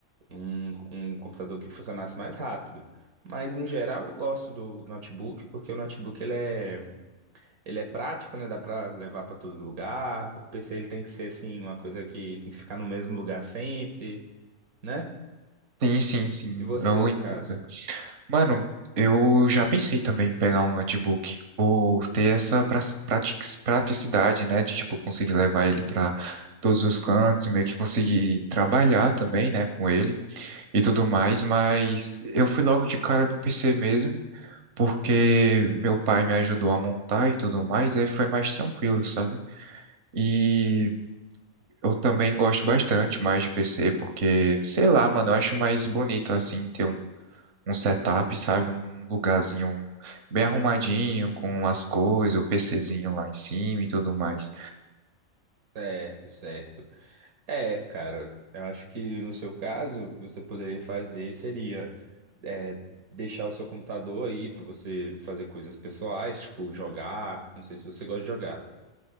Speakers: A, on the right; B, on the right.
A: um, um computador que funcionasse mais rápido. Mas, no geral, eu gosto do notebook, porque o notebook ele é, ele é prático, né? Dá pra levar pra todo lugar. O PC ele tem que ser, assim, uma coisa que tem que ficar no mesmo lugar sempre, né?
B: Sim, sim, sim.
A: E você,
B: Eu
A: no
B: entendo.
A: caso?
B: Mano, eu já pensei também em pegar um notebook por ter essa pra- prati- praticidade, né, de tipo conseguir levar ele para todos os cantos e meio que conseguir trabalhar também, né, com ele e tudo mais, mas eu fui logo de cara no PC mesmo, porque meu pai me ajudou a montar e tudo mais, aí foi mais tranquilo, sabe? E eu também gosto bastante mais de PC, porque, sei lá, mano, eu acho mais bonito assim ter um um setup, sabe? Um lugarzinho bem arrumadinho, com as coisas, o PCzinho lá em cima e tudo mais.
A: Certo, certo. É, cara, eu acho que no seu caso, o que você poderia fazer seria é, deixar o seu computador aí pra você fazer coisas pessoais, tipo jogar. Não sei se você gosta de jogar.